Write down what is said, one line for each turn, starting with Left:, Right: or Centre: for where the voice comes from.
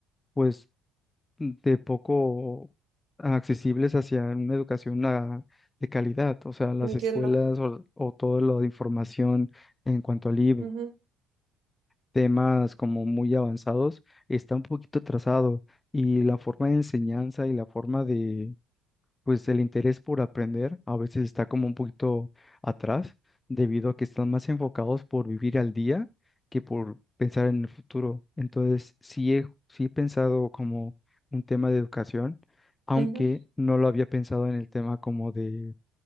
Left: pues de poco accesibles hacia una educación ah, de calidad, o sea, las
Right: Entiendo.
Left: escuelas o, o todo lo de información en cuanto a libros,
Right: Ujú,
Left: temas como muy avanzados, está un poquito atrasado y la forma de enseñanza y la forma de pues el interés por aprender a veces está como un poquito atrás, debido a que están más enfocados por vivir al día que por pensar en el futuro. Entonces, sí he, sí he pensado como un tema de educación, aunque
Right: ujú.
Left: no lo había pensado en el tema como de,